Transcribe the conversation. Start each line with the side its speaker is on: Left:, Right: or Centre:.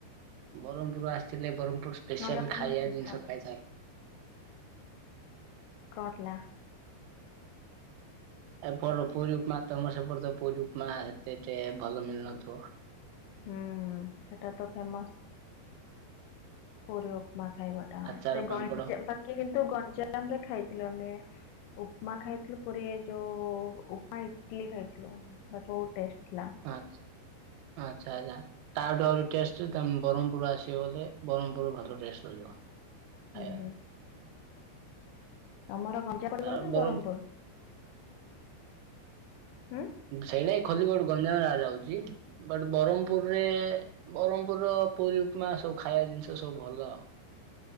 Right: ବରଂପୁର୍ ଆସିଥିଲେ ବରଂପୁର୍ ସ୍ପେଶାଲ୍
Left: ଗଞ୍ଜାମ
Right: ଖାଇବା
Left: ଦିଥର
Right: ଜିନିଷ
Left: ଯାଇଛି।
Right: ଖାଇଥା
Left: ଗଲା।
Right: ଏପଟ ର ପୁରୀ ଉପମା ତମର ସେପଟ ତ ପୁରୀ ଉପମା ହେତେ ଟେ ଭଲ ମିଳୁନଥିବ।
Left: ହୁଁ ସେଟା ତ ଫେମସ୍। ପୁରୀ ଉପମା ଖାଇବା ଟା
Right: ଆଚାର
Left: ସେ
Right: ପାମ୍ପଡ଼
Left: ଗଞ୍ଜାମ ପାଖେ କିନ୍ତୁ ଗଞ୍ଜାମ ରେ ଖାଇଥିଲୁ ଆମେ। ଉପୁମା ଖାଇଥିଲୁ ପୁରୀ ଯୋଉ ଉପୁମା ଇଟିଲି ଖାଇଥିଲୁ। ବହୁତ୍ ଟେଷ୍ଟ୍ ଥିଲା।
Right: ଆଚ୍ଛା ଆଚ୍ଛା ଆଚ୍ଛା। ତାଠୁ ଆହୁରି ଟେଷ୍ଟ୍ ବ୍ରହ୍ମପୁର ଆସିବ ଗଲେ ବ୍ରହ୍ମପୁର ଭଲ ଟେଷ୍ଟ୍ ରହିବ। ଖାଇବା
Left: ହୁଁ ହୁଁ। ତମର <unintelligible> ନା ବ୍ରହ୍ମପୁର?
Right: ଆଉ ବ୍ରହ୍ମ
Left: ହୁଁ।
Right: ସେଇନାଗି ଖଲ୍ଲିକୋଟ୍ ଗଞ୍ଜାମ ଯାଉଚି। ବଟ୍ ବ୍ରହ୍ମପୁରରେ ବ୍ରହ୍ମପୁର ର ପୁରୀ ଉପମା ସବୁ ଖାଇବା ଜିନିଷ ସବୁ ଭଲ ଆଉ।